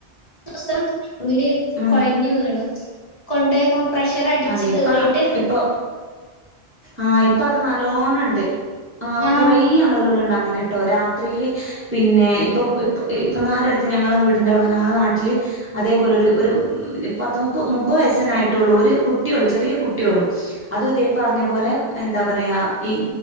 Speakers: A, on the left; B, on the right.
A: വസം അവല്
B: ആഹ്
A: കൊഴഞ്ഞ് വീണു. കൊണ്ടേയ്ക്കോ പ്രഷർ അടിച്ച്
B: അതെ
A: കേറീട്ട്
B: ഇപ്പ ഇപ്പൊ ആഹ് ഇപ്പ അത് നല്ലോണം ഉണ്ട് ആ
A: ആഹ്
B: കൊറെ ആളുകൾ ഇണ്ട് അനെട്ടോ രാത്രിയില് പിന്നെ ഇപ്പം ഇപ്പം ഇപ്പന്നാരെ അടുത്ത് ഞങ്ങളെ വീട്ന്റെ അവടെ ഞങ്ങളുടെ നാട്ടിൽ അതേപോലെ ഒരു ഒരു പത്ത് മുപ്പ മുപ്പത് വയസന്നായിട ട്ടൊള്ളു ഒരു കുട്ടിയൊള്ളു ചെറിയൊരു കുട്ടിയൊള്ളു അതും ഇതേ പർഞ്ഞ പോലെ എന്താ പറയാ ഈ